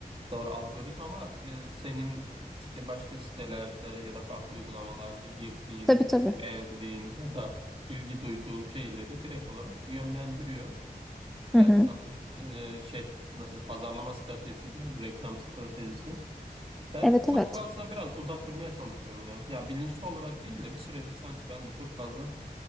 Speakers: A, on the right (about 35°); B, in the centre.
A: Doğru algoritma ama e, senin işte başka sitelerde ya da farklı uygulamalarda girdiğin,
B: Tabii tabii.
A: beğendiğin ya da ilgi duyduğun şeyleri direkt olarak yönlendiriyor. Biraz
B: Hı hı.
A: satım e, şey nasıl pazarlama stratejisi diyelim, reklam stratejisi. Ben
B: Evet
A: çok
B: evet.
A: fazla biraz uzak durmaya çalışıyorum ya. Ya bilinçli olarak değil de bir süredir sanki ben de çok fazla